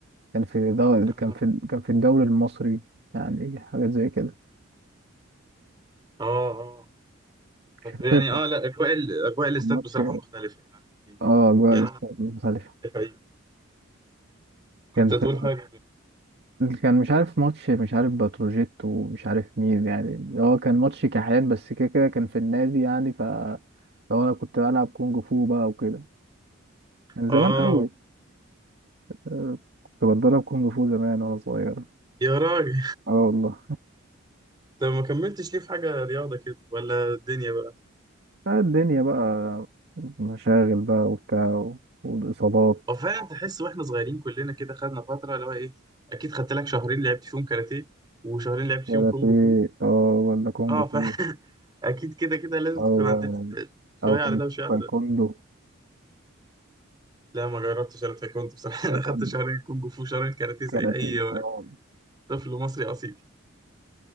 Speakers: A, on the right; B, on the right.
A: كان في دو...
B: اه
A: كان في كان في الدوري المصري يعني حاجات زي كده
B: اه آه. بس
A: مش
B: يعني
A: فاكر
B: اه
A: كان
B: لا اجواء ال- اجواء الاستاد
A: كان ماتش
B: بصراحة مختلفة يعني
A: اه جوه
B: يعني
A: الاستاد مختلفة
B: أنا-
A: كان
B: كنت
A: في
B: هتقول حاجة
A: كان مش عارف ماتش مش عارف بتروجيت ومش عارف مين يعني هو كان ماتش كحيان بس كده كده كان في النادي يعني ف لو انا كنت بلعب كونج فو بقى وكده من زمان
B: آه
A: قوي آه، كنت بتدرب كونج فو زمان وانا صغير
B: يا راجل
A: اه والله
B: طب ما كملتش ليه في حاجة رياضة كده ولا الدنيا بقى
A: بقى الدنيا بقى مشاغل بقى وبتاع و- والاصابات
B: هو فعلا تحس واحنا صغيرين كلنا كده خدنا فترة اللي هو إيه أكيد خدت لك شهرين لعبت فيهم كاراتيه وشهرين لعبت
A: ولا
B: فيهم كونج
A: في
B: فو
A: اه ولا كونج
B: آه
A: فو
B: ف <laughs> أكيد كده كده لازم
A: او
B: تكون عديت شوية
A: او تاي-
B: على ده وشوية على
A: تايكوندو
B: ده لا ما جربتش أنا تايكوندو بصراحة
A: تايكوندو
B: <laughs> أنا خدت شهرين كونج فو شهرين كاراتيه زي
A: كاراتيه
B: أي
A: اه
B: طفل مصري أصيل